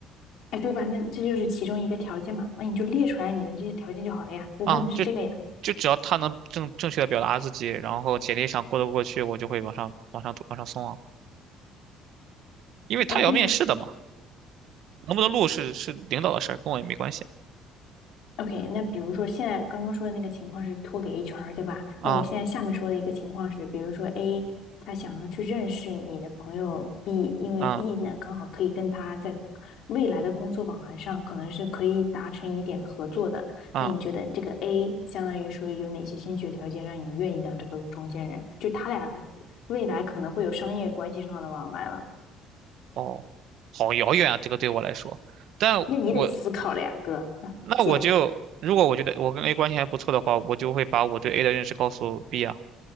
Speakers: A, on the left; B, on the right.
A: 哎，对吧？那这就是其中一个条件嘛，那你就列出来你的这些条件就好了呀。我问的是这个呀。
B: 啊，就就只要他能正正确的表达自己，然后简历上过得过去，我就会往上往上往上送啊，因为他也要面试的嘛，
A: 哎，但是
B: 能不能录是是领导的事儿，跟我也没关系
A: OK，那比如说现在刚刚说的那个情况是托给 HR，对吧？
B: 啊
A: 那我现在下面说的一个情况是，比如说 A 他想要去认识你的朋友 B，因为
B: 啊
A: B 呢刚好可以跟他在未来的工作往来上可能是可以达成一点合作的。
B: 啊
A: 那你觉得这个 A 相当于说有哪些先决条件让你愿意当这个中间人？就他俩未来可能会有商业关系上的往来了，
B: 哦，好遥远啊，这个对我来说。但我
A: 那你得思考了呀，<laughs> 哥，
B: 那我就如果我觉得我跟
A: 姐。
B: A 关系还不错的话，我就会把我对 A 的认识告诉 B 啊，